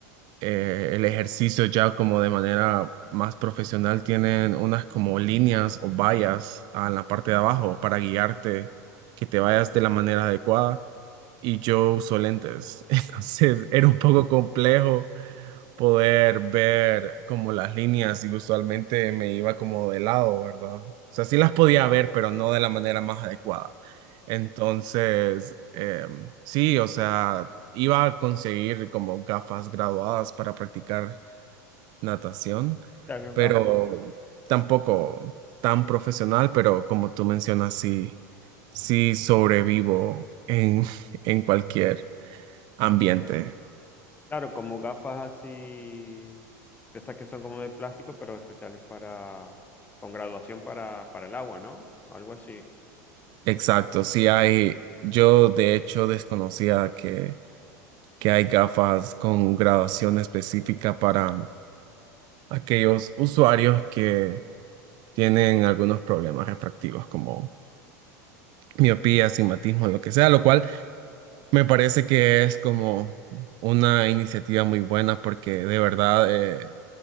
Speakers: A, on the right; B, on the left.
A: eh, el ejercicio ya como de manera más profesional tienen unas como líneas o vallas en la parte de abajo para guiarte, que te vayas de la manera adecuada. Y yo uso lentes, <laughs> entonces era un poco complejo poder ver como las líneas y usualmente me iba como de lado, ¿verdad? O sea, sí las podía ver, pero no de la manera más adecuada. Entonces, em, sí, o sea, iba a conseguir como gafas graduadas para practicar natación,
B: Claro,
A: pero tampoco tan profesional, pero como tú mencionas, sí, sí sobrevivo en, <laughs> en cualquier ambiente.
B: Claro, como gafas así, estas que son como de plástico, pero especiales para, con graduación para, para el agua, ¿no? Algo así.
A: Exacto, sí hay, yo de hecho desconocía que, que hay gafas con graduación específica para aquellos usuarios que tienen algunos problemas refractivos como miopía, astigmatismo, lo que sea, lo cual me parece que es como una iniciativa muy buena porque de verdad eh,